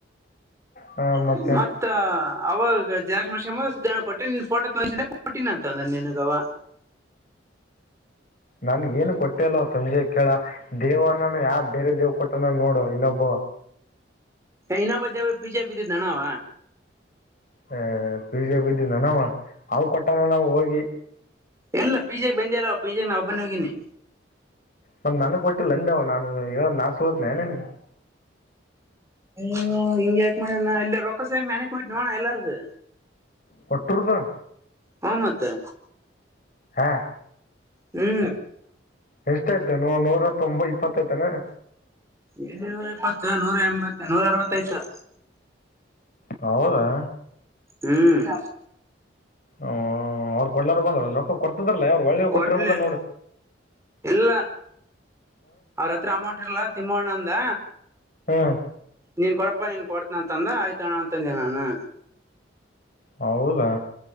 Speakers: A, on the left; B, on the right.
A: ಹಾಂ ಮತ್ತೆ
B: <unintelligible> ಮತ್ತ ಅವಾಗ ಜಾ ಮ ಜ ಕೊಟ್ಟನ್ ಫೋ ತೋಿದ ಕೊಟ್ಟೀಿನಿ ಅಂತಂದ ನಿನ್ಗ ಅವ
A: ನನ್ಗೂ ಏನು ಕೊಟ್ಟೆ ಅಲ್ಲ ಅವೂ ಸಂಜೆಕೆ ಕೇಳ ದೇವನಾನ ಯಾವ ಬೇರೆ ದೇವ್ ಕೊಟ್ಟನ ನೋಡು ಇನ್ನೊಬ್ಬ
B: ಇನ್ನೊಬ್ ಬದ ಪಿಜೆ ಬಿದ್ದಿದ್ದ ನಣಾವ
A: ಹೇ ಪಿಜೆ ಬಿದ್ದಿಂದನ ಅವ ಕೊಟ್ಟಾನ ನಾವ ಹೋಗಿ
B: ಎಲ್ಲ ಪಿಜಾಗ ಬಂದಿ ಅಲ್ಲವಾ ಪಿಜ್ಜಾಗ ನಾ ಒಬ್ಬನ್ನ ಹೋಗಿನಿ
A: ಮಾತೆ ನನಗ್ ಕೊಟ್ಟಿಲ್ಲಂದೆವು ನನ್ ನಾ ಸಗತ್ನ ನನ್ಗೆ
B: ಆಯೋ ಹಿಂಗ ಯಾಕ ಮಾಡಣ ಇಲ್ಲ ರೊಕ್ಕಸ ಯಾಕ ನೆನಕ್ ಹಟ್ಟು ನೋಣ ಎಲ್ಲಾರ್ದು
A: ಕೊಡುತ್ತಾ
B: ಹಾ ಮತ್ತೆ
A: ಹಾ
B: ಹೇ
A: ಎಷ್ಟಐತ ನ ನೂರ ತೊಂಬ ಇಪ್ಪತ್ತೈತಾನ
B: ಎ ನೂರ ಎಪ್ಪತ್ತು ನೂರ ಎಂಬತ್ತು ನೂರ ಅರವತ್ತೈದು ಸಾವಿರ
A: ಹೌದಾ
B: ಹ್ಮ್
A: ಹ ಅವ್ರು ಕೊಳ್ಳಾರ ಬಂದ್ರ ರೊಕ್ಕ ಕೊಡ್ತದ್ರಲ್ಲೇ ಅವ್ರು ಒಳ್ಳೇ ಕೊಟ್ಟಿರ್ಬೇಕ
B: ಕೊಡ್ಲಿಲ್ಲ
A: ನೋಡ
B: ಇಲ್ಲ ಅವ್ರತ್ರ ಆಮಾಟರ್ಲ ತಿಮ್ಮೋಣ್ಣ ಅಂದ
A: ಹ್ಮ್
B: ನೀನ್ ಕೊಡಪ್ಪ ನೀನ್ ಕೊಡ್ತನ ಅಂತಂದ ಆಯ್ತಣ್ಣ ಅಂತಂದೆ ನಾನು
A: ಹೌದಾ